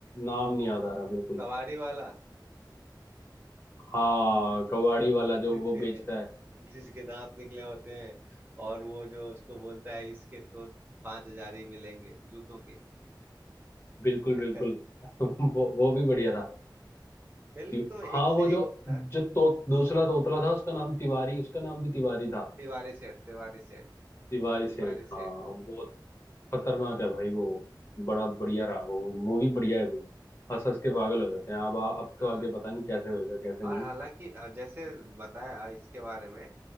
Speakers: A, on the left; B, on the right.
A: नाम नहीं याद आ रहा बिल्कुल
B: कबाड़ी वाला
A: हाँ कबाड़ी
B: <laughs>
A: वाला जो वो बेचता है
B: जिसके दांत निकले होते हैं और वो जो उसको बोलता है इसके तो पांच हजार ही मिलेंगे जूतों के
A: बिल्कुल
B: <laughs>
A: बिल्कुल <laughs> वो वो भी बढ़िया था
B: फिल्म
A: ति-
B: तो एक
A: हाँ
B: से
A: वो जो
B: एक था
A: जो तो दूसरा तोतला था उसका नाम तिवारी उसका नाम भी तिवारी था
B: तिवारी सेठ तिवारी सेठ
A: तिवारी
B: तिवारी
A: सेठ हाँ
B: सेठ
A: वो खतरनाक है भाई वो बड़ा बढ़िया रहा वो मूवी बढ़िया है भाई हंस हंस के पागल हो जाते हैं अब अब तो
B: हाँ
A: आगे पता नहीं कैसे होएगा कैसे
B: और
A: नहीं
B: हालांकि अ, जैसे बताया इसके बारे में